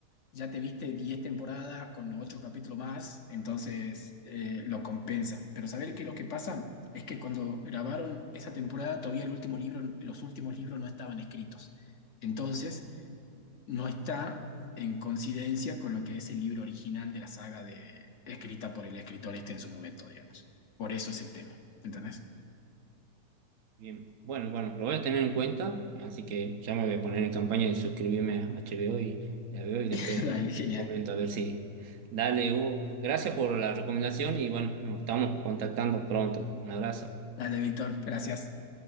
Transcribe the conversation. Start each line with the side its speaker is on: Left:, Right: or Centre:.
Left: ya te viste 10 temporadas con 8 capítulos más, entonces eh, lo compensa. Pero saber que lo que pasa es que cuando grabaron esa temporada todavía el último libro, los últimos libros no estaban escritos. Entonces no está en coincidencia con lo que es el libro original de la saga de, escrita por el escritor este en su momento, digamos. Por eso es el tema, ¿entendés?
Right: Bien, bueno, bueno, lo voy a tener en cuenta, así que ya me voy a poner en campaña de suscribirme a HBO y la veo y después
Left: <laughs> Dale, genial.
Right: te comento a ver si. Dale, Hugo, gracias por la recomendación y bueno, nos estamos contactando pronto. Un abrazo.
Left: Dale, Víctor, gracias.